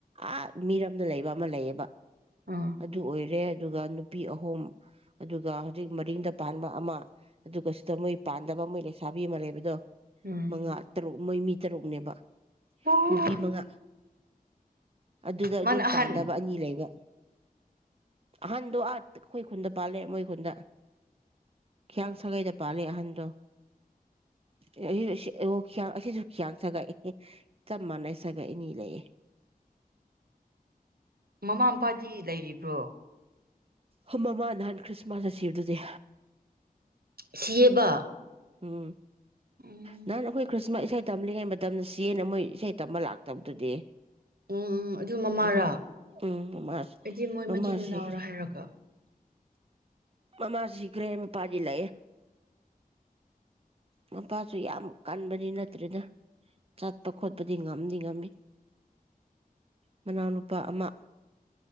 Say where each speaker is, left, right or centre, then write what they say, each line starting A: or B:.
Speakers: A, on the right; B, on the right.
A: ꯑ ꯃꯤꯔꯣꯝꯗ ꯂꯩꯕ ꯑꯃ ꯂꯩꯌꯦꯕ
B: ꯎꯝ
A: ꯑꯗꯨ ꯑꯣꯏꯔꯦ ꯑꯗꯨꯒ ꯅꯨꯄꯤ ꯑꯍꯨꯝ ꯑꯗꯨꯒ ꯍꯧꯖꯤꯛ ꯃꯔꯤꯡꯗ ꯄꯥꯟꯕ ꯑꯃ ꯑꯗꯨꯒ ꯁꯤꯗ ꯃꯣꯏ ꯄꯥꯟꯗꯕ ꯃꯣꯏ ꯂꯩꯁꯥꯕꯤ ꯑꯃ ꯂꯩꯕꯗꯣ
B: ꯎꯝ
A: ꯃꯉꯥ ꯇꯔꯨꯛ ꯃꯃꯤ ꯇꯔꯨꯛꯅꯦꯕ
B: ꯑꯣ
A: ꯅꯨꯄꯤ ꯃꯉꯥ ꯑꯗꯨꯗ
B: ꯃꯥꯅ
A: ꯌꯨꯝ
B: ꯑꯍꯟ
A: ꯄꯥꯟꯅꯕ ꯑꯅꯤ ꯂꯩꯕ ꯍꯥꯟꯗ ꯑꯠ ꯑꯩꯈꯣꯏ ꯈꯨꯟꯗ ꯄꯂꯦ ꯃꯣꯏ ꯈꯨꯟꯗ ꯍꯤꯌꯥꯡ ꯁꯥꯒꯩꯗ ꯄꯥꯜꯂꯤ ꯑꯍꯟꯗꯣ ꯌꯥ ꯑꯁꯤꯁꯨ ꯈꯌꯥꯡ ꯁꯒꯥꯏ ꯆꯞ ꯃꯥꯟꯅꯩ ꯁꯒ ꯏꯅꯤ ꯂꯩꯌꯦ
B: ꯃꯃꯥ ꯃꯄꯥꯗꯤ ꯂꯩꯔꯤꯕ꯭ꯔꯣ
A: ꯍ ꯃꯃꯥ ꯅꯍꯥꯟ ꯈ꯭ꯔꯤꯁꯃꯥꯁꯇ ꯁꯤꯔꯗꯨꯗꯤ
B: ꯁꯤꯌꯦꯕ
A: ꯎꯝ
B: ꯎꯝ
A: ꯅꯍꯥꯟ ꯑꯩꯈꯣꯏ ꯈ꯭ꯔꯤꯁꯃꯥꯁ ꯢꯁꯩ ꯇꯝꯂꯤꯉꯩ ꯃꯇꯝꯗ ꯁꯤꯦꯅ ꯃꯣꯏ ꯏꯁꯩ ꯇꯝꯕ ꯂꯥꯛꯇꯕꯗꯨꯗꯤ
B: ꯎꯝ ꯑꯗꯨ ꯃꯃꯥꯔꯥ
A: ꯃꯃꯥ ꯎꯝ ꯃꯃꯥ
B: ꯑꯩꯗꯤ ꯃꯣꯏ
A: ꯃꯃꯥ
B: ꯃꯆꯤꯟ ꯃꯅꯥꯎꯔꯥ
A: ꯁꯤꯈ꯭ꯔꯦ
B: <unintelligible>
A: ꯃꯃꯥ ꯁꯤꯈ꯭ꯔꯦ ꯃꯄꯥꯗꯤ ꯂꯥꯛꯑꯦ ꯅꯨꯄꯥꯁꯨ ꯌꯥꯝ ꯀꯟꯕꯗꯤ ꯅꯠꯇ꯭ꯔꯦꯅ ꯆꯠꯄ ꯈꯣꯠꯄꯗꯤ ꯉꯝꯗꯤ ꯉꯝꯃꯤ ꯃꯅꯥꯎꯅꯨꯄꯥ ꯑꯃ